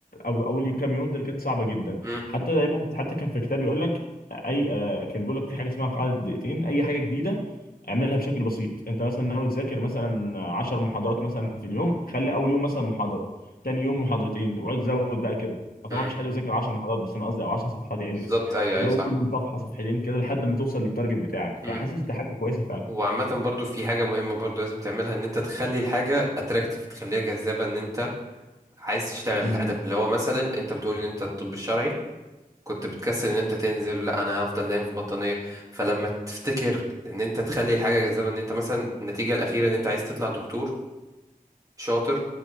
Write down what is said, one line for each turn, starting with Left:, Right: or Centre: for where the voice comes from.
Left: او اول كام يوم دي كانت صعبه جدا
Right: <laughs> م-
Left: حتى دايما حتى كان في كتاب يقول لك اي آه، كان بيقول لك في حاجه اسمها قاعده دقيقتين اي حاجه جديده اعملها بشكل بسيط انت مثلا ناوي تذاكر مثلا 10 محاضرات مثلا في اليوم خلي اول يوم مثلا محاضره تاني يوم محاضرتين واقعد زود بقى كده أو
Right: م.
Left: طبعا مفيش حد بيذاكر 10 محاضرات بس انا قصدي او 10 صفحات يعني
Right: بالظبط
Left: بس
Right: ايوه
Left: زود
Right: ايوه صح
Left: كل يوم صفحه صفحتين كده لحد ما توصل للتارجت بتاعك
Right: مم.
Left: فحاسس دي حاجه كويسه
Right: وعامة برضو في حاجة مهمة برضو لازم تعملها ان انت تخلي الحاجة اتراكتيف تخليها جذابة ان انت عايز تشتغل
Left: فعلا
Right: الهدف اللي هو مثلا انت بتقول ان انت الطب الشرعي كنت بتكسل ان انت تنزل لا انا هفضل نايم في بطانية فلما تفتكر ان انت تخلي الحاجة جذابة ان انت مثلا النتيجة الأخيرة ان انت عايز تطلع دكتور شاطر